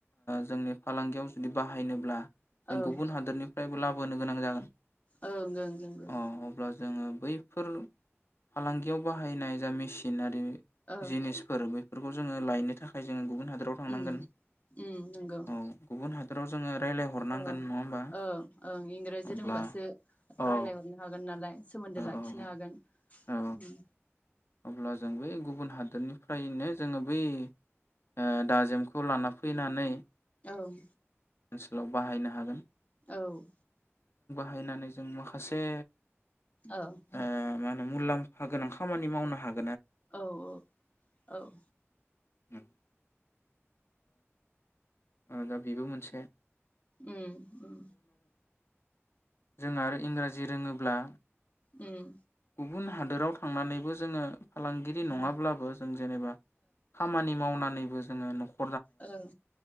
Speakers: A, on the left; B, on the left.
A: जोंनि फालांगियाव जुदि बाहायनोब्ला जों
B: औ ओं
A: गुबुन हादोरनि फ्रायबो लाबोनो गोनां जागोन।
B: ओं ओं नोंगो।
A: अ अब्ला जोङो बैफोर फालांगियाव बाहायनाय जा मेसिन आ ए
B: औ
A: जिनिसफोर बै फोरखौ जोङो लायनो था फाय जों गुबुन हादोराव थांनांगोन
B: उम उम नंगौ
A: औ गुबुन हाद फोराव जोङो रायलायहरनांगोन
B: औ
A: नङा होमबा
B: ओं ओं इंराजि
A: अब्ला
B: रोंबासो
A: अ औ
B: रायजलायहरनो हागोन नालाय। सोमोन्दो
A: औ
B: लाखिनो
A: औ
B: हागोन
A: औ
B: उम।
A: अब्ला जों बै गुबुन हादोरनिफ्रायनो जोङो बै ओ दाजेमखौ लाना फैनानै
B: ओं।
A: ओनसोलाव बाहायनो हागोन।
B: औ।
A: हायनानै जों माखासे
B: ओं।
A: ओ मा होनो मुलाम्फा गोनां खामानि मावनो हाग
B: औ औ औ।
A: उम दा <unintelligible> बेबो मोनसे ए।
B: उम उम।
A: जों आरो इंराजि रोङोब्ला
B: उम।
A: गुबुन हादोराव थांनानैबो जोङो फालांगिरि
B: उम
A: नङाब्लाबो जों जेनेबा खामानि मावनान नैबो जोङो नख
B: औ